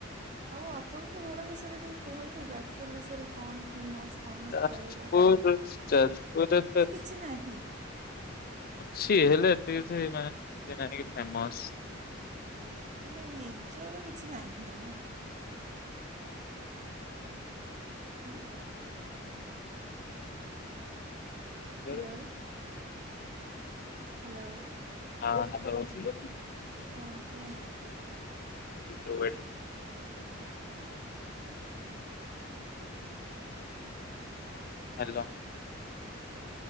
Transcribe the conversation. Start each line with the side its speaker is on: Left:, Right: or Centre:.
Right: ଆଉ ଆପଣଙ୍କ ଘର ବିଷୟରେ ଟିକେ କୁହନ୍ତୁ ଯାଜପୁର ବିଷୟରେ କଣ ଫେମସ୍ କଣ
Left: ଯାଜପୁର
Right: ଖାଇବା କଣ
Left: ଯାଜପୁରରେ ତ
Right: କି କିଛି ନାହିଁ।
Left: ସିଏ ହେଲେ ଏ ଫେମ
Right: ମାନ ନିଜର କିଛି ନାହିଁ ନା। ହୁଁ। ହ୍ୟାଲୋ
Left: ଜର
Right: ହ୍ୟାଲୋ
Left: ହଁ ହଲୋ। ସ
Right: ହଁ କୁହନ୍ତୁ।
Left: କବିଡ଼ ହ୍ୟାଲୋ।